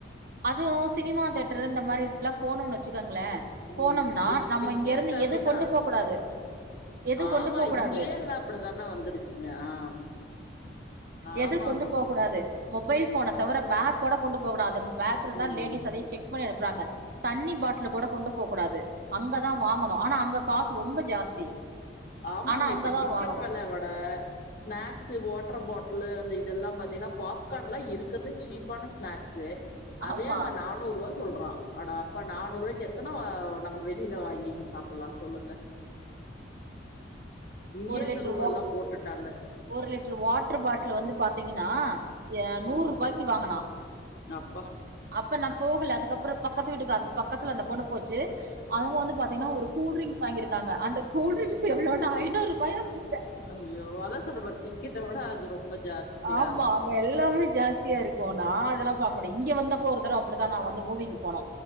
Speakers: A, on the right (about 50°); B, on the left (about 50°).
A: அதுவு சினிமா தேட்டரு இந்த மாரி இதுக்கெல்லா போனுன் வச்சுக்கோங்களே
B: ம்.
A: போனோம்னா
B: டிக்
A: நம்ம
B: டிக்கெட்
A: இங்க இருந்து
B: கம்மி
A: எது கொண்டு
B: தான்.
A: போ கூடாது எது கொண்டு
B: ஆமா,
A: போ கூடாது
B: இங்கேயே எல்லாம் அப்படிதான வந்துருச்சுங்க. ஆ.
A: எது
B: ஆமாமாங்க.
A: கொண்டு போ கூடாது மொபைல் ஃபோன தவிர பேக் கூட கொண்டு போ கூடாது பேக் இருந்தா
B: ம்.
A: லேடிஸ் அதையு செக் பண்ணி அனுப்புறாங்க தண்ணி பாட்ல கூட கொண்டு போ கூடாது அங்கதா வாங்கணு ஆனா அங்க காசு ரொம்ப ஜாஸ்தி
B: ஆமாங்க
A: ஆனா அங்கதா
B: இப்ப டிக்கெட்
A: வாங்கணு
B: வெல விட ஸ்நாக்ஸ்ஸூ வாட்டர் பாட்லு அந்த இதெல்லா பாத்தீங்கன்னா பாப்கார்ன்ல்லா இருக்கறதுல சீப்பான ஸ்நாக்ஸ்ஸு அதே
A: ஆமா
B: அங்க நானூறுவா சொல்றா அட அப்ப நானூறுரூவாய்க்கு எத்தன நம்ம வெளில வாங்கி சாப்டலா சொல்லுங்க இங்கயே
A: ஒரு
B: அந்த
A: லிட்டர்
B: ரூல்
A: வா
B: எல்லா போட்டுட்டாங்க
A: ஒரு லிட்டர் வாட்டர் பாட்டில் வந்து பாத்தீங்கன்னா நூறு
B: ம்.
A: ரூபாய்க்கு வாங்கனா
B: அப்பா
A: அப்ப நான் போகல அதுக்கப்பற பக்கத்து வீட்டுக்கு அந்த பக்கத்துல அந்த பொண்ணு போச்சு அவங்க வந்து பாத்தீங்கன்னா ஒரு கூல்ட்ரிங்க்ஸ் வாங்கிருக்காங்க அந்த கூல்ட்ரிங்க்ஸ் எவ்ளோனா ஐநூரூபாயா சிஸ்
B: ஐய்யோ அதா சொல்ற டிக்கெட்ட விட அது ரொம்ப ஜாஸ்தியா
A: ஆமா
B: இருக்கு
A: அங்க எல்லாமே ஜாஸ்தியா இருக்கு நா அதெல்லா பாக்க முடியு இங்க வந்தப்போ ஒரு தர அப்படிதா நா வந்து மூவிக்கு போனோ